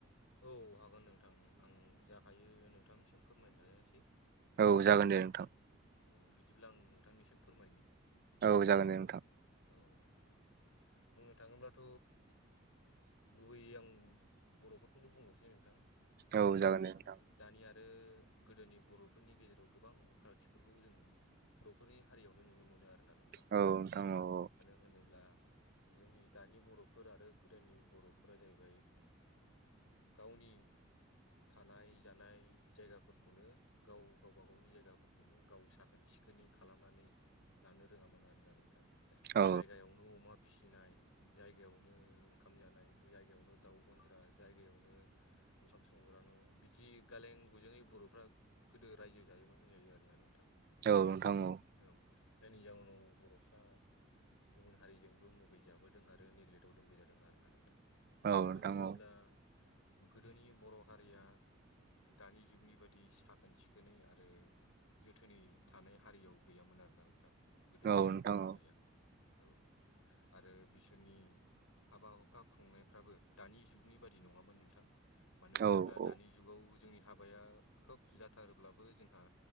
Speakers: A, on the left; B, on the right.
A: औ हागोन नोंथां आं जा हायो नोंथांनिसिम फोरमायनो नाजानोसै। आरो
B: औ जागोन दे नोंथां
A: औ बिदिब्ला आं नोंथांनिसिम फोरमायनो
B: औ जागोन दे नोंथां।
A: औ नोंथां। बुंनो थाङोब्लाथ गुबैयै आं बर फोरखौनो बुंगसै नोंथां मानो
B: औ
A: होनोब्ला
B: जागोन दे नोंथां
A: दानि आरो गोदोनि बर‌ फोरनि गेजेराव गोबां फारागथिफोरखौ जों बर फोरनि हारियावनो नुनो मोनो आर ना नों
B: औ नोंथां औ औ
A: होनोब्ला जोंनि दानि बर फोर आरो गोदोनि बर फोरा जाहैबाय गावनि थानाय जानाय जायगाफोरखौनो गाव गावबा गावनि जायगा खौनो गाव साखोन सिखोनै खालामनानै लानो रोङामोन आरोना नोंथां
B: औ
A: जायगायावनो अमा फिसिनाय जायगायावनो ओंखाम जानाय जायगायावनो दाउ गन्द्रा जायगायावनो ओंखाम संग्रा न बिदि गालें गुजुङै बर फ्रा गोदो रायजो जायोमोन होनजायो आरोना नोंथां
B: औ नोंथां औ
A: औ जायनि जउोनाव बरफ्रा गुबुन हारिजोंबो मुगैजाबोदों आरो नेग्लेक्टआव दोनबोजादों आरो ना नोंथाङा
B: औ नोंथां
A: मानो होनोब्ला
B: औ
A: गोदोनि बर हारिया दानि जुगनि बादि साखोन सिखोनै आरो जोथोनै थानाय हारियाव गैयामोन आरोना नोंथां गोदोनि
B: औ नोंथां
A: बर हारिया।
B: औ
A: औ आरो बिसोरनि हाबा हुखा खुंनायफ्राबो दानि जुगनि बादि नङामोन नोंथां मानो
B: औ
A: होनोब्ला
B: औ
A: दानि जुगाव जोंनि हाबाया खोब जाथारोब्लाबो जोंहा